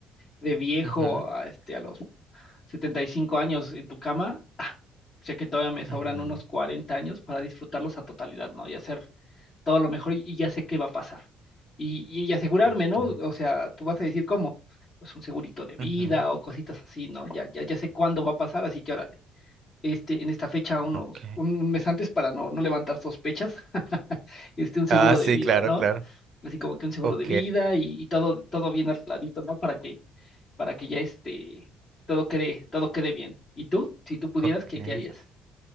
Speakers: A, on the left (about 45°); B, on the right (about 55°).
A: de viejo
B: ujú,
A: a, este, a los 75 años en tu cama, sé que todavía me sobran
B: ujú,
A: unos 40 años para disfrutarlos a totalidad, ¿no? Y hacer todo lo mejor y ya sé qué va a pasar. Y, y asegurarme,
B: ok,
A: ¿no? O sea, tú vas a decir cómo, pues un segurito de vida
B: ujú,
A: o cositas así, ¿no? Ya, ya, ya sé cuándo va a pasar, así que órale. Este, en esta fecha, unos,
B: ok.
A: un, un mes antes para no, no levantar sospechas, <laughs> este, un seguro
B: Ah, sí,
A: de vida,
B: claro,
A: ¿no?
B: claro.
A: Así como que un seguro
B: Ok,
A: de vida y, y todo, todo bien arregladito, ¿no? Para que, para que ya este, todo quede, todo quede bien. ¿Y tú? Si tú pudieras,
B: ok,
A: ¿qué, qué harías?